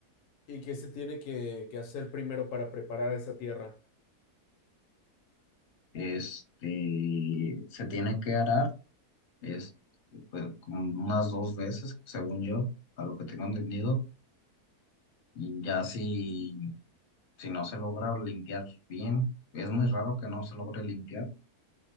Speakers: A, on the left; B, on the left.
A: y qué se tiene que, que hacer primero para preparar esa tierra?
B: Este, se tiene que arar es pues, como unas dos veces, según yo, a lo que tengo entendido, y ya si, si no se logra limpiar bien, es muy raro que no se logre limpiar,